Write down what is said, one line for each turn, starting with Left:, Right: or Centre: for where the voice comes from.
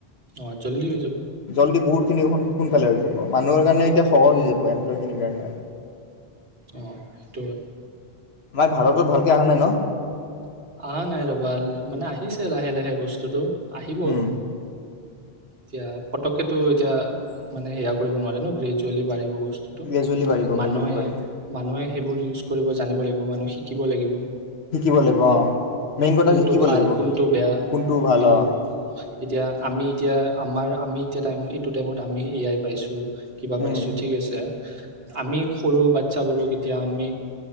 Right: অ জল্দি হৈ যাব
Left: জল্দি বহুতখিনি সোনকালে হৈ যাব মানুহৰ কাৰণে এতিয়া সহজ হৈ যাব এমপ্লয়খিনিৰ কাৰণে
Right: অ সেইটোৱে
Left: আমাৰ ভাৰতত ভালকৈ অহা নাই ন
Right: অহা নাই ৰবা মানে আহিছে লাহে লাহে বস্তুটো আহিব
Left: উম
Right: এতিয়া পতককেতটো এতিয়া মানে সেয়া কৰিব নোৱাৰে ন গ্ৰেজুৱেলি বাঢ়িবৈ
Left: গ্ৰেজুৱেলি বাঢ়িব গ্ৰেজুৱেলি
Right: মানুহে
Left: বাঢ়িব
Right: মানুহে সেইবোৰ ইউজ কৰিব জানিব লাগিব মানুহ শিকিব লাগিব
Left: শিকিব লাগিব অঁ মেইন কথা
Right: কোনটো
Left: শিকিব
Right: ভাল
Left: লাগিব
Right: কোনটো বেয়া
Left: কোনটো ভাল
Right: সেইবোৰ
Left: অঁ
Right: এতিয়া আমি এতিয়া আমাৰ আমি এতিয়া টাইম এইটো টাইমত আমি এয়াই পাইছোঁ কিবা
Left: উম
Right: পাইছো ঠিক আছে আমি সৰু বাচ্ছাবোৰক এতিয়া আমি